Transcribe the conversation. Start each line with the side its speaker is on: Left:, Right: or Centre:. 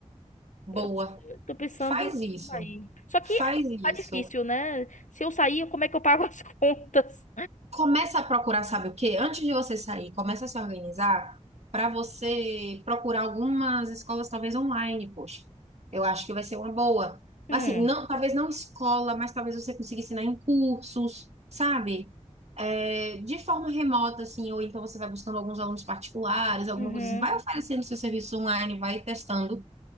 Right: Boa.
Left: Eu, eu tô pensando
Right: Faz
Left: em
Right: isso.
Left: sair. Só que
Right: Faz isso.
Left: tá difícil, né? Se eu sair, como é que eu pago as <laughs> contas?
Right: Começa a procurar, sabe o quê? Antes de você sair, começa a se organizar para você procurar algumas escolas, talvez online, poxa. Eu acho que vai ser uma boa.
Left: Hum,
Right: Mas, Assim, não, talvez não escola, mas talvez você consiga ensinar em cursos, sabe? É, de forma remota, assim, ou então você vai buscando alguns alunos particulares, alguma
Left: uhum.
Right: coisa assim. Vai oferecendo seu serviço online, vai testando